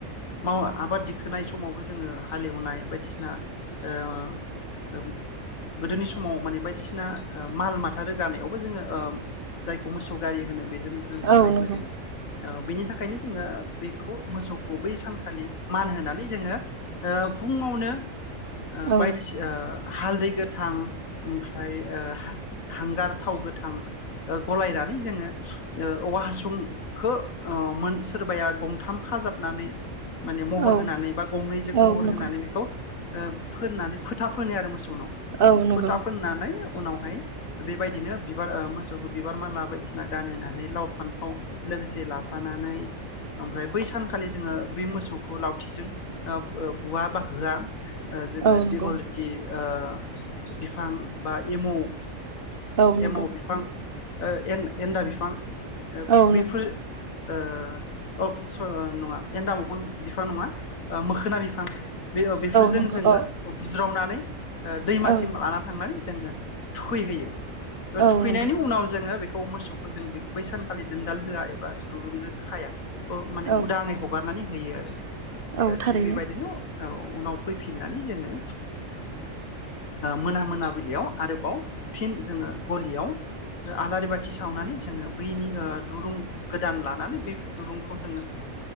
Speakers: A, on the left; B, on the right.
A: माव आबाद दिखोनाय समावबो जोङो हालेवनाय बायदिसिना ओ गोदोनि समाव माने बायदिसिना ओ माल माथा रोगानायावबो जोङो ओ जायखौ मोसौ गारि होनो बेज जों
B: औ
A: बाहायबोदों
B: नंगौ
A: बेनि थाखायनो जों। जों बेखौ मोसौखौ बै सानखालि मान होनानै जोङो फुङावनो
B: औ
A: बायदिसिना हालदै गोथां ओमफ्राय हांगार थाव गोथां गलायनानै जोङो औवा हासुंखौ सोरबाया गंथाम खाजाबनानै माने महर
B: औ
A: होनानै बा गंनैजों
B: औ
A: महर
B: नंगौ
A: होनानै बेखौ फोरोननानै फोथा फोनी आरो मोसौ
B: औ नंगौ औ नंगौ
A: फोथा फोननानै उनावहाय बेबायदिनो बिबार आरो। मोसौखौ बिबार माला बायदिसिना गानहोनानै लाव फान्थाव लोगोसे लाफानानै ओमफ्राय बै सानखालि जोङो बे मोसौखौ लावथिजों बुवा बा होआ जोङो
B: औ नंगौ
A: दघलटि ओ बिफां बा एमाव
B: औ नंगौ
A: एमाव बिफां ओए एन्द-एन्दा बिफां। ओ
B: औ
A: बैफोर। ओ ओबसो नङा एनन्दामफां बिफां नङा। मोखोना बिफां बे बेफोरजों
B: नंगौ
A: जोङो
B: औ
A: बुज्रावनानै। ओ दैमासिम
B: औ
A: लाना थांनानै जोङो थुखैहोयो।
B: औ
A: थुखैनायनि
B: नंगौ
A: उनाव जोङो बेखौ मोसौखौ जों बै सानखालि दोनदाल होआ एबा दुरुंजों खाया। आं माने
B: औ
A: उदाङै हगारनानै होयो आरो।
B: औ थारैनो
A: थिग बेबायदिनो ओ उनाव फैफिननानै जोङो मोना मोनाबिलियाव आरोबाव फिन जोङो गलियाव आलारि बाथि सावनानै जोङो बैनि दुरुं गोदान लानानै बे दुरुंखौ जोङो